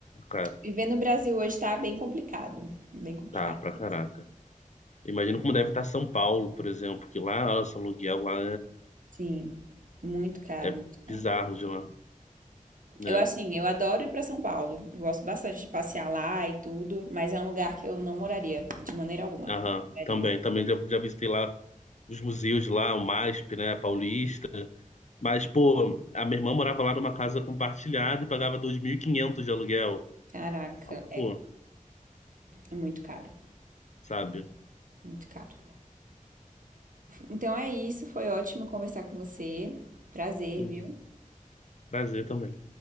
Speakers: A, on the left (about 60°); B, on the right (about 75°).
A: Cara,
B: Viver no Brasil hoje tá bem complicado, bem complicado
A: tá, pra
B: mesmo.
A: caraca. Imagino como deve estar São Paulo, por exemplo, que lá, nossa, o aluguel lá
B: Sim, muito caro,
A: é, é- é
B: muito caro.
A: bizarro de lá, né?
B: Eu assim, eu adoro ir pra São Paulo. Eu gosto bastante de passear lá e tudo, mas é um lugar que eu não moraria de maneira alguma.
A: Aham,
B: Moraria.
A: também, também já, já visitei lá os museus de lá, o MASP, né, Paulista. Mas, pô, a minha irmã morava lá numa casa compartilhada e pagava 2.500 de aluguel.
B: Caraca,
A: Eu falo,
B: é,
A: pô,
B: é muito caro,
A: sabe?
B: muito caro. Então é isso, foi ótimo conversar com você. Prazer,
A: Uhum,
B: viu?
A: prazer também.